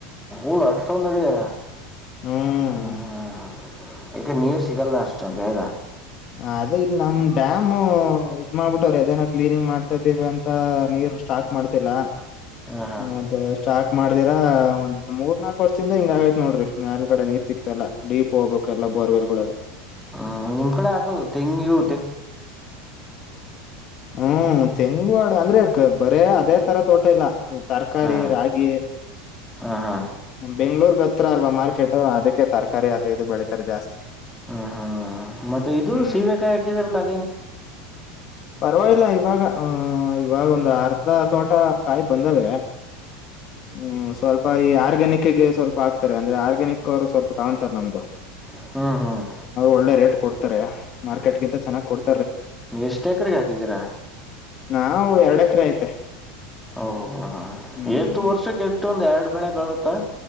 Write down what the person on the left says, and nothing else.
ಹ್ಮ್
ಹ ಅದೇ ಇಲ್ ನಮ್ ಡ್ಯಾಮ್ ಹ್ಮ್ ಇದ್ ಮಾದ್ಬಿಟ್ಟವ್ರೆ ಅದೆನೋ ಕ್ಲನಿಂಗ್ ಮಾಡ್ ತೀವಿ ಅಂತ ನೀರು ಸ್ಟಾಕ್ ಮಾಡ್ತಿಲ್ಲಾ
ಅದು ಸ್ಟಾರ್ಟ್ ಮಾಡ್ತಿವ್ ಮಾಡ್ ದಿರ ಒಂದ್ ಮೂರ್ ನಾಲ್ಕು ವರ್ಷದಿಂದ ಹಿಂಗ ಆಗೈತ್ ನೋಡ್ರಿ ಮೇಲ್ ಗಡೆ ನೀರ್ ಸಿಕ್ತಾಯಿಲ್ಲ ಡೀಪ್ ಹೋಗ್ಬೇಕ ಎಲ್ಲ ಬೋರ್ವೆಲ್ಗಳೆಲ್ಲ
ಹ್ಮ್ ತೆಂಗು ಅಡ್ ಅಂದ್ರೆ ಅ ಬರೇ ಅದೇ ತರ ತೋಟ ಇಲ್ಲ ತರಕಾರಿ
ರಾಗಿ
ಬೆಂಗ್ಳೂರಿಗೆ ಅತ್ರ ಅಲ್ವಾ ಮಾರ್ಕೆಟು ಅದಕ್ಕೆ ತರಕಾರಿ ಅದು ಇದು ಬೆಳಿತರೆ ಜಾಸ್ತಿ
ಹ್ಮ್
ಪರವಾಗಿಲ್ಲ ಇವಾಗ ಹ್ಮ ಇವಾಗ ಒಂದ್ ಅರ್ಧ ತೋಟ ಕಾಯಿ ಬಂದಾವೆ ಹ್ಮ್ ಸ್ವಲ್ಪ ಯಾರಿಗ್ ನಿಕ್ ಗೆ ಸ್ವಲ್ಪ ಆಗ್ತಾರೆ ಅಂದ್ರೆ, ಆರ್ಗ್ಯಾನಿಕ್ ಅವರು ಸ್ವಲ್ಪ ತಗೊತಾರೆ ನಮ್ದು...
ಒಳ್ಳೆ ರೇಟ್ ಕೊಡ್ತರೆ ಮಾರ್ಕೆಟ್ಗಿಂತ ಚೆನ್ನಾಗಿ ಕೊಡ್
ನಾವ್ ಎರಡ್ ಎಕ್ರೆ ಐತೆ.
ಹ್ಮ್